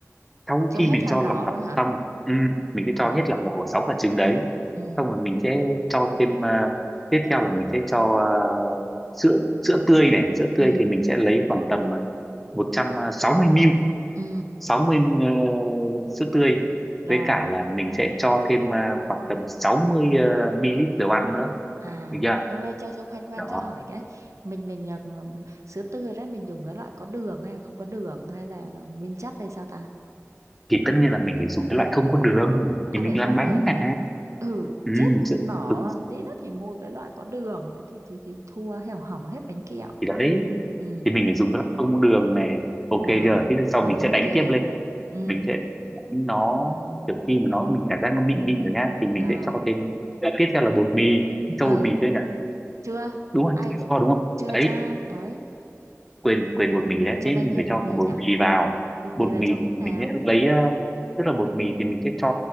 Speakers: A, in the centre; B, on the right (about 75°).
A: sau
B: Cho
A: khi
B: hết
A: mình
B: lòng
A: cho
B: đỏ
A: lòng
B: luôn
A: đỏ
B: hả?
A: xong ừ, mình sẽ
B: Ờ.
A: cho hết lòng đỏ của sáu quả trứng đấy
B: Ừ.
A: xong rồi mình sẽ cho thêm ờ, tiếp theo là mình sẽ cho ờ, sữa sữa tươi này sữa tươi
B: Ừ.
A: thì mình sẽ lấy khoảng tầm ờ, 160 ml
B: Ừ.
A: 60 ờ, sữa tươi
B: Rồi.
A: với cả là mình sẽ cho thêm ờ, khoảng tầm 60 uh, ml dầu ăn nữa
B: À.
A: được chưa
B: em ơi, cho cho khoan khoan
A: đó
B: cho hỏi cái mình mình ờ, sữa tươi đó mình dùng cái loại có đường hay là không có đường hay là, là nguyên chất hay sao ta?
A: thì tất nhiên là mình phải dùng cái loại không có đường
B: À
A: thì mình
B: vậy không
A: làm bánh
B: đường hả?
A: mà
B: Ừ,
A: ừ,
B: chết
A: sữa,
B: bỏ
A: ừ,
B: tí nữa thì mua cái loại có đường đấy thì thì thì thua hẻo hỏng hết bánh kẹo.
A: thì đấy
B: Ừ,
A: thì mình phải dùng cái loại không có đường này ok
B: rồi,
A: chưa thế thì sau
B: rồi
A: mình
B: ok.
A: sẽ đánh tiếp lên
B: Ừ,
A: mình sẽ đánh nó kiểu khi mà nó mình cảm giác nó mịn mịn rồi nhá thì mình
B: rồi.
A: sẽ cho thêm tiếp theo là bột mì cho
B: Ờ,
A: bột mì chơi nhỉ
B: chưa
A: đúng rồi
B: ai
A: cho đúng không
B: chưa
A: đấy
B: cho đấy,
A: quên quên bột mì đấy
B: cho
A: thế
B: bao
A: mình
B: nhiêu
A: phải
B: bột
A: cho
B: mì
A: cả bột
B: nhỉ?
A: mì vào
B: Bột
A: bột
B: mì bà
A: mì
B: cho khúc
A: thì
B: nào?
A: mình sẽ lấy ờ, tức là bột mì thì mình sẽ cho